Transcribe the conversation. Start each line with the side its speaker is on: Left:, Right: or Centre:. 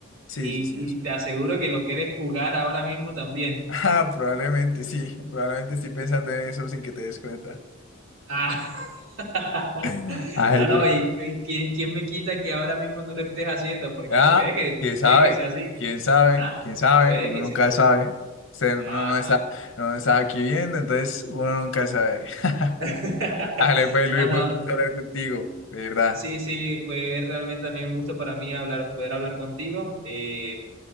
Left: Sí,
Right: Y,
Left: sí, sí,
Right: y
Left: eso.
Right: te
Left: <laughs>
Right: aseguro que lo quieres jugar ahora mismo también.
Left: Ah, probablemente sí. Probablemente estoy pensando en eso sin que te des cuenta.
Right: Ah, <laughs>
Left: <laughs> Ay,
Right: no, no,
Left: que.
Right: y, y ¿quién, quién me quita que ahora mismo no lo estés haciendo? Porque
Left: Ah,
Right: puede que,
Left: quién
Right: puede
Left: sabe,
Right: que sea así.
Left: quién sabe,
Right: Ah,
Left: quién sabe,
Right: puede
Left: uno
Right: que
Left: nunca
Right: sea.
Left: sabe. Usted no,
Right: Ah.
Left: no está, no está aquí viendo, entonces uno nunca sabe. <laughs>
Right: <laughs>
Left: Ale, pues Luis,
Right: No, no.
Left: fue un gusto hablar contigo, de verdad.
Right: Sí, sí, fue realmente también un gusto para mí hablar, poder hablar contigo. Eh,